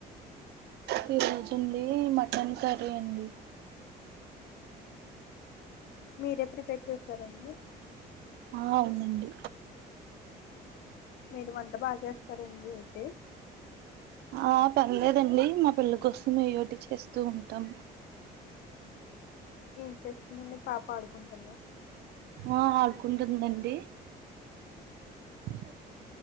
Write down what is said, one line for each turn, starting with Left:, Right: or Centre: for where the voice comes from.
Right: ఫిరోజు అడి మటన్ కర్రీ అండి
Left: మీరే ప్రిపేర్ చేస్తారు సరేండి
Right: ఆ ఉవుందండి
Left: మీరు వంట బాగా చేస్తారండి అయితే
Right: ఆ పర్లేదండి మా పెళ్ళ కోసుమ ఈటి చేస్త వస్తూ ఉంటాం
Left: ఏం చేస్ ఇన్ననే పాప ఆడుకుంటుందా
Right: ఆ ఆడుకుంటుందండి అ